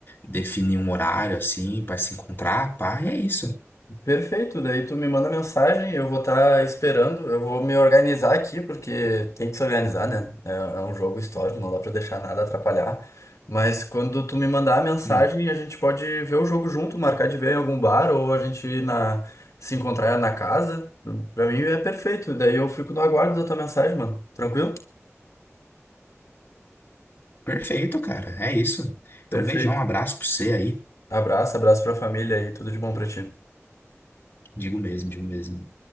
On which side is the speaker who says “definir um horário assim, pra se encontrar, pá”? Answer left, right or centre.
Left